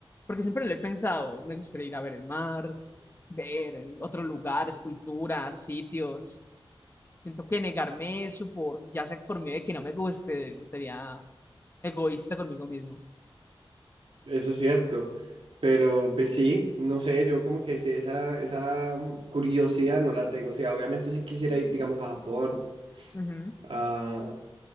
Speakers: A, on the left; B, on the right.
A: Porque siempre lo he pensado, me gustaría ir a ver el mar, ver otros lugares, culturas, sitios. Siento que negarme eso por, ya sea por miedo de que no me guste, sería egoísta conmigo mismo.
B: Eso es cierto. Pero pues sí, no sé, yo como que sí, esa, esa mm, curiosidad no la tengo. O sea, obviamente si quisiera ir, digamos, a Japón,
A: Ujú,
B: a